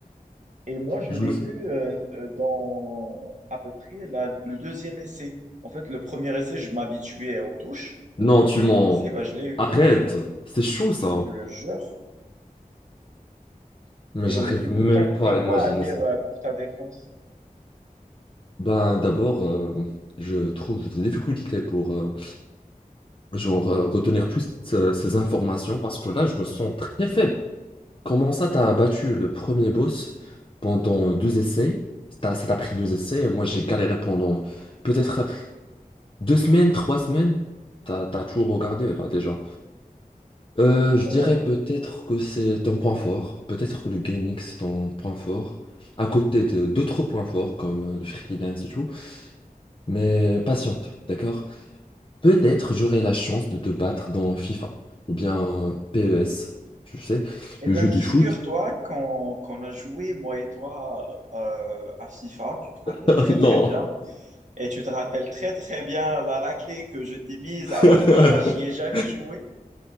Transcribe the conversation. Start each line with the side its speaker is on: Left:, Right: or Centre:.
Right: Et moi, je
Left: Je
Right: l'ai
Left: me
Right: eu
Left: sou-
Right: euh, euh, dans à peu près la- le deuxième essai. En fait, le premier essai, je m'habituais aux touches.
Left: Non,
Right: Et
Left: tu mens.
Right: le deuxième essai, bah, je l'ai eu,
Left: Arrête. C'est chaud, ça.
Right: je te le jure.
Left: Mais
Right: Et
Left: j'arrive
Right: du coup,
Left: même
Right: t'as,
Left: pas
Right: t'as quoi
Left: à imaginer
Right: à dire
Left: ça.
Right: euh, pour ta défense?
Left: Ben, d'abord, euh, je trouve des difficultés pour euh, genre euh, retenir toutes ce- ces informations parce que là, je me sens très faible. Comment ça, t'as battu le premier boss pendant deux essais? T'as- ça t'a pris deux essais et moi, j'ai galéré pendant peut-être deux semaines, trois semaines. T'as, t'as tout regardé là déjà. Euh, je
Right: Ouais.
Left: dirais peut-être que c'est ton point fort. Peut-être que le gaming, c'est ton point fort. À côté de d'autres points forts comme euh, le freelance et tout. Mais patiente, d'accord? Peut-être j'aurai la chance de te battre dans FIFA ou bien euh, PES, tu sais,
Right: Eh
Left: le
Right: bien,
Left: jeu
Right: figure-toi
Left: du foot.
Right: qu'on qu'on a joué, moi et toi, euh, à FIFA, tu te rappelles
Left: <laughs>
Right: très
Left: Non.
Right: très bien. Et tu te rappelles très très bien la raclée que je t'ai mise alors
Left: <laughs>
Right: que moi, j'y ai jamais joué.